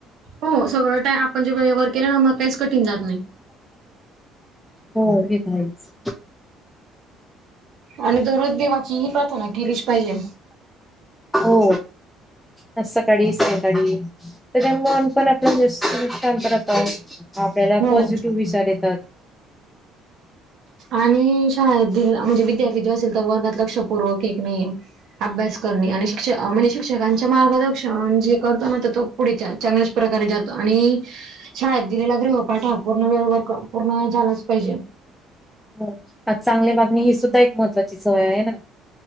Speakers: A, on the right (about 60°); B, in the centre.
A: हो सगळं टाय आपण जे वेळेवर केले ना मग काहीच कठीण जात नाही.
B: हो हे तर आहेच.
A: आणि दररोज देवाची ही प्रार्थना केलीची पाहिजे.
B: हो. आज सकाळी सयंकाळी तर मन पण आपल्या ज शांत राहत. होता वो. आपल्याला
A: हो.
B: पॉझिटिव्ह विचार येतात.
A: आणि शाळेदील म्हणजे विद्यार्थी जे असेल तर वर्गात लक्षपूर्वक एक नाहीये अभ्यास करणे आणि शिक्ष म्हणजे शिक्षकांचे मार्गदर्शन जे करतो ना तर तो पुढच्या चांगल्याच प्रकारे जातो आणि शाळेत दिलेला ग्रह पाठ हा पूर्ण वेळेवर क पूर्ण झालाच पाहिजे.
B: हो त्यात चांगल्या वागणी ही सुद्धा एक महत्त्वाची सवय आहे ना.